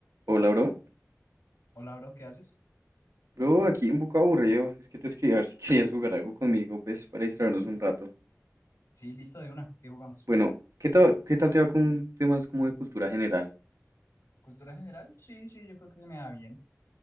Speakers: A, on the right; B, on the left.
A: Hola, bro.
B: Hola, bro, ¿qué haces?
A: Bro, aquí un poco aburrido. Es que te escribí a ver si <laughs> querías jugar algo conmigo, pues, para distraernos
B: <clears throat>
A: un rato.
B: Sí, listo, de una. ¿Qué jugamos?
A: Bueno, ¿qué tal, qué tal te va con temas como de cultura general?
B: ¿Cultura general? Sí, sí, yo creo que se me da bien.